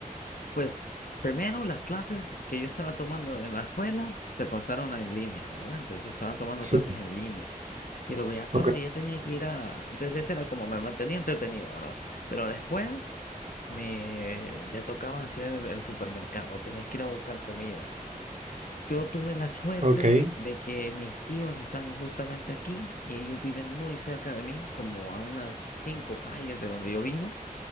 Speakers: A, on the left; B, on the right.
A: Pues primero las clases que yo estaba tomando en la escuela se pasaron a en línea, ¿verdad? Entonces estaban tomando
B: Sí.
A: clases en línea. Pero ya cuando
B: Ok,
A: ya tenía que ir a... Entonces ese era como me mantenía entretenido, ¿verdad? Pero después me ya tocaba hacer el supermercado, tener que ir a buscar comida. Yo tuve la suerte
B: ok,
A: de que mis tíos están justamente aquí y ellos viven muy cerca de mí, como a unas cinco calles de donde yo vivo.